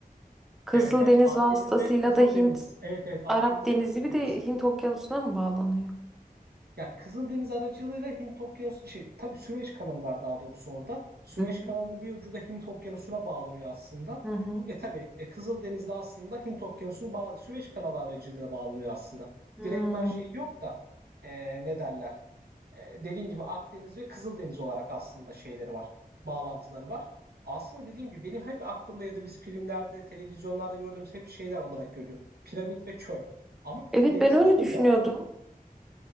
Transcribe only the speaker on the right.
Evet evet Akdeniz
ve Kızıldeniz.
Evet evet Akdeniz
ve Kızıldeniz.
Ya Kızıldeniz aracılığıyla Hint Okyanusu şey tabii Süveyş kanalı var daha doğrusu orada. Süveyş
kanalının
bir ucu da Hint Okyanusu'na bağlanıyor aslında.
E tabii e, Kızıldeniz'le aslında Hint Okyanusu'nu bağ Süveyş kanalı aracılığıyla bağlanıyor aslında.
Direktmen şey yok da e, ne derler? E, dediğim gibi Akdeniz ve Kızıldeniz olarak aslında şeyleri var. Bağlantıları var. Aslında dediğim gibi benim hep aklımda ya da biz filmlerde, televizyonlarda gördüğümüz hep şeyler olarak görüyorum. Piramit ve çöl. Ama bir de
deniz
kısmı
bile var.